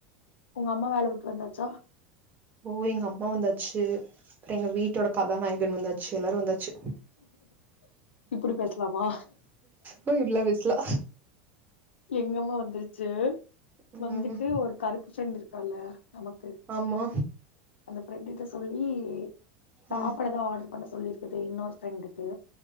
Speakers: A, on the left; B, on the right.
A: உங்கம்மா வேலவிட்டு வந்தாச்சா
B: ஓ எங்க அம்மா வந்தாச்சு எங்க வீட்டோட கதாநாயகன் வந்தாச்சு எல்லாரு வந்தாச்சு
A: இப்படி பேசலாமா
B: அ இப்டிலா பேசலா
A: எங்கம்மா வந்துருச்சு
B: ம்
A: வந்துட்டு ஒரு கருப்பு ஃப்ரண்டு இருக்கால நமக்கு
B: ஆமா
A: அந்த ஃபிரண்டுட்ட சொல்லி சாப்பாடு
B: ம்
A: எதோ ஆடர் பண்ண சொல்லிரு இது இன்னொரு ஃப்ரெண்டுது